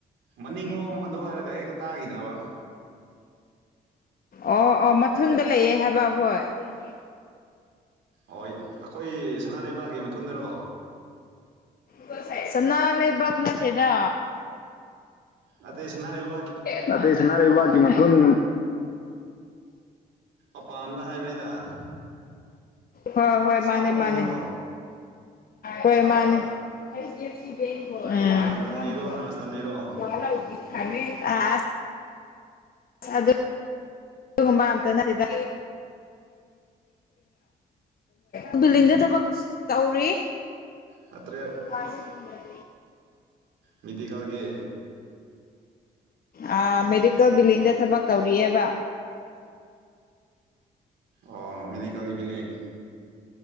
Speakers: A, on the right (about 75°); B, on the left (about 50°).
A: ꯃꯅꯤꯡꯂꯣꯝ ꯑꯗꯨ ꯍꯥꯏꯔꯒ ꯍꯦꯛꯇ ꯇꯥꯒꯤꯗ꯭ꯔꯕ
B: ꯑꯣ ꯑꯣ ꯃꯊꯨꯟꯗ ꯂꯩꯑꯦ ꯍꯥꯏꯕ ꯍꯣꯏ ꯗꯦꯅꯦ <inaudible>
A: ꯍꯣꯏ ꯑꯩꯈꯣꯏꯒꯤ ꯁꯅꯥ ꯂꯩꯕꯥꯛꯒꯤ ꯃꯊꯨꯟꯗꯔꯣ
B: <inaudible> ꯁꯅꯥ ꯂꯩꯕꯥꯛ ꯅꯠꯇꯦꯗ
A: ꯅꯠꯇꯦ ꯁꯅꯥ ꯂꯩꯕ
B: ꯅꯠꯇꯦ ꯁꯅꯥ ꯂꯩꯕꯥꯛꯀꯤ ꯃꯊꯨꯟ
A: ꯑꯄꯥꯟꯗ ꯍꯥꯏꯕꯅꯤꯗ
B: ꯍꯣꯏ ꯍꯣꯏ
A: ꯁꯥꯎꯠ
B: ꯃꯥꯅꯦ
A: ꯂꯣꯝꯗꯔꯣ
B: ꯃꯥꯅꯦ ꯍꯣꯏ
A: ꯁꯥꯎꯠꯇ
B: ꯃꯥꯅꯦ <unintelligible>
A: ꯗꯣꯛꯇꯔ ꯇꯝꯂꯤꯔꯣ ꯅꯔꯁ ꯇꯝꯂꯤꯔꯣ
B: ꯑ ꯑꯗꯨ ꯑꯗꯨꯒꯨꯝꯕ ꯑꯝꯇ ꯅꯠꯇꯦꯗ ꯑꯗꯨꯂꯤꯡꯗ ꯊꯕꯛ ꯇꯧꯔꯤ
A: ꯅꯠꯇ꯭ꯔꯦ
B: <inaudible>
A: ꯃꯤꯗꯤꯀꯜꯒꯤ
B: ꯑꯥ ꯃꯦꯗꯤꯀꯜ ꯕꯤꯜꯗꯤꯡꯗ ꯊꯕꯛ ꯇꯧꯔꯤꯑꯦꯕ
A: ꯑꯣ ꯃꯦꯗꯤꯀꯜꯒꯤ ꯕꯤꯜꯗꯤꯡ